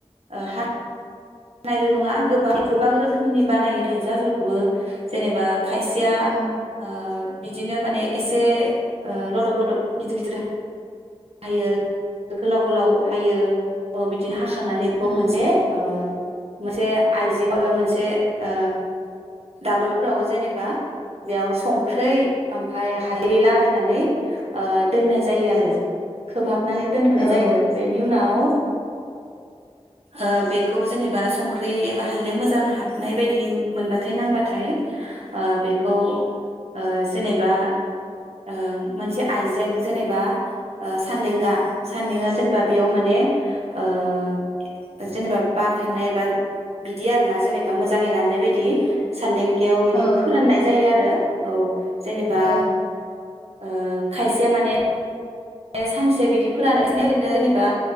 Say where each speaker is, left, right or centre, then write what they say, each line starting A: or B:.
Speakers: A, on the right; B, on the left.
A: ओ हा बानायल' नङा गोबां गोबां रोखोमनि बानायो थाइजौ आसारखौबो जेनेबा खायसेया
B: औ
A: ओ बिदिनो माने ओ एसे लदब लदब गिदिर गिदिर हायो गोलाव गोलाव हायो ओ बिदिनो हाखा खांनानै बेखौ
B: उम
A: मोनसे ओ मोनसे आइजें एबा मोनसे ओ दाबोरफोराव जेनेबा बेयाव संख्रै ओमफाय हालदै लागायनानै ओ दोननाय जायो आरो खोबहाब नानै दोनथ'नाय
B: औ
A: जायो बेनि उनाव ओ बेखौ जेनेबा बा संख्रि एबा हालदे मोजां हाबनाय बायदि मोनबाथाय नांबाथाय बेखौ ओ जेनेबा ओ मोनसे आइजें जेनेबा ओ सान्देंगा सानदेंगा जेनेबा बेयाव माने ओ जेनेबा बार थांनाय एबा बिदि आरोना जेनेबा मोजाङै राननाय बायदि सान्दें ब्लियाव इदि
B: औ
A: फोरान्नाय जायो आरो औ जेनेबा
B: औ
A: ओ खायसेया माने सानसे बिदि फोरानो <inaudible> ओरैनो जेनेबा